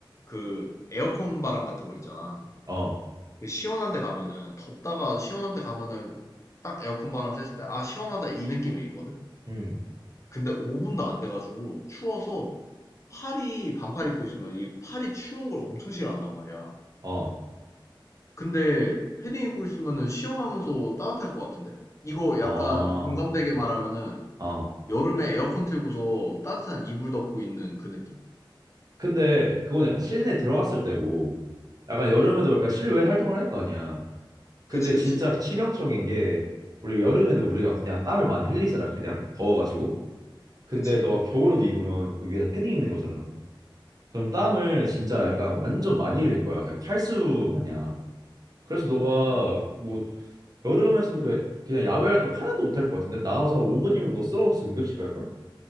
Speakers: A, on the left (about 35°); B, on the right (about 45°).
A: 그 에어컨 바람 같은 거 있잖아.
B: 어.
A: 그 시원한 데 가면은 덥다가 시원한 데 가면은 딱 에어컨 바람 쐈을 때 아 시원하다 이 느낌이 있거든.
B: 음.
A: 근데 5분도 안 돼가지고 추워서 팔이 반팔 입고 있으면 이 팔이 추운 걸 엄청 싫어한단 말이야.
B: 어.
A: 근데 패딩 입고 있으면은 시원하면서 따뜻할 것 같은데? 이거
B: 어.
A: 약간 공감되게 말하면은
B: 어.
A: 여름에 에어컨 틀고서 따뜻한 이불 덮고 있는 그 느낌.
B: 근데 그건 약간 실내 들어갔을 때고 약간
A: 응응.
B: 여름에도 약간 실외 활동을 할 거 아니야. 근데
A: 그치, 그치.
B: 진짜 치명적인 게 우리 여름에도 우리가 그냥 땀을 많이 흘리잖아. 그냥 더워가지고. 근데
A: 그치.
B: 너가 겨울옷 입으면 그 위에다 패딩 입는 거잖아. 그럼 땀을 진짜 약간 완전 많이 흘릴 거야. 그냥 탈수 마냥. 그래서 너가
A: 아.
B: 뭐 여름에서는 그 그냥 야외 활동 하나도 못할 것 같은데 나가서 한 5분이면 너 쓰러져서 응급실 갈 걸?